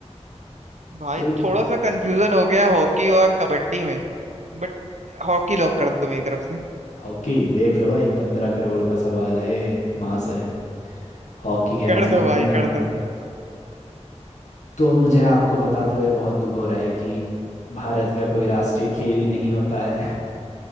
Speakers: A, on the right; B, on the left.
A: भाई
B: ट्रिक
A: थोड़ा सा कंफ्यूजन हो गया है हॉकी और कबड्डी में बट हॉकी लॉक कर दो मेरी तरफ से
B: हॉकी देख लो भाई पंद्रह करोड़ का सवाल है ये, महाशय हॉकी कहना
A: कर
B: चाहते
A: दो भाई
B: हैं
A: कर
B: आप
A: दो
B: तो मुझे आपको बताते हुए बहुत दुख हो रहा है कि भारत का कोई राष्ट्रीय खेल ही नहीं होता है